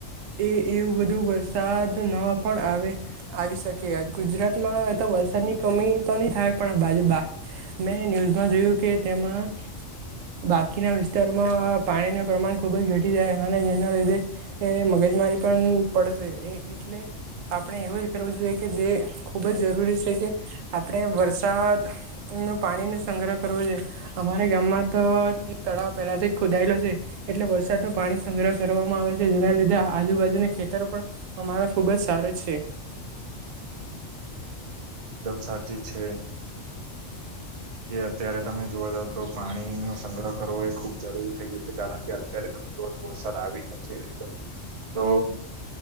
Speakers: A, on the right (about 80°); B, on the right (about 40°).
A: એ એવું બધું વર વરસાદ ન પણ આવે આવી શકે ગુજરાતમાં તો વરસાદની કમી તો ની થાય પણ બાજુ બા મેં ન્યૂઝમાં જોયું કે તેમાં બાકીના વિસ્તારમાં પાણીનું પ્રમાણ ખુબ જ ઘટી જાય અને જેના લીધે એ મગજ મારી પન પડશે એટલે આપણે એવું કરવું જોઈએ કે જે ખૂબ જ જરૂરી છે, કે આપણે વરસાદનુ પાણીનુ શા સંગ્રહ કરવો અમારે ગામમાં તો એક તળાવ પહેલાથી ખુદાયેલો છે એટલે વરસાદનું પાણી સંગ્રહ કરવામાં આવે છે જેના લીધે આજુબાજુના ખેતરો પણ અમારા ખુબ જ સારો છે.
B: એકદમ સાચી છે. કે અત્યારે તમે જોવા જાવ તો પાણી નો સંગ્રહ કરવો એ ખુબ જરૂરી થઈ ગયું છે કારણ કે અત્યારે તમે જો વરસાદ આવી જ નથી એ તો તો